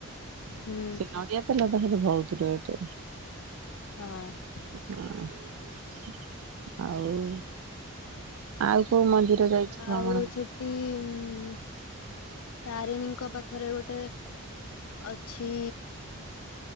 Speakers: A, on the left (about 70°); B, on the right (about 65°).
A: ହୁଁ
B: ସେ ନଡିଆ ତେଲଟା ବହୁତ ରେଟ୍।
A: ହଁ।
B: ହ ଆଉ ଆଉ କୋଉ ମନ୍ଦିର ଯାଇଛୁ ଭ୍ରମଣ
A: ଆଉ ସେଠି ଉଁ ତାରିଣୀଙ୍କ ପାଖରେ ଗୋଟେ ଅଛି।